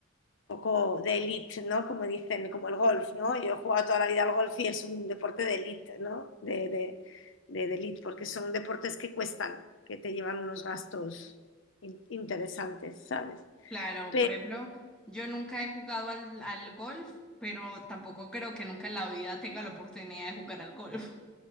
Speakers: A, on the left (about 65°); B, in the centre.
A: poco de elite, ¿no? Como dicen, como el golf, ¿no? Yo he jugado toda la vida al golf y es un deporte de elite, ¿no? De, de, de, de elite, porque son deportes que cuestan, que te llevan unos gastos in interesantes, ¿sabes?
B: Claro,
A: Pero,
B: por ejemplo, yo nunca he jugado al, al golf, pero tampoco creo que nunca en la vida tenga la oportunidad de jugar al golf. <laughs>